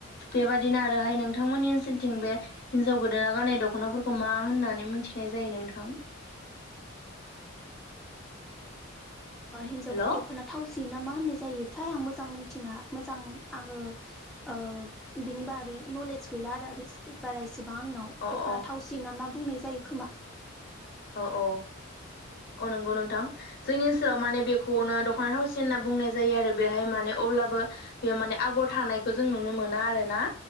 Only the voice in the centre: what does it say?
हिन्जाव
दख'ना थावसि ना मा होननाय जायो थाय आं मोजां मोनथिना मोजां आङो ओ बिनि बारै नलेज गैला आरो बारायसेबां आंनाव
दख'ना थावसि ना मा बुंनाय जायो खोमा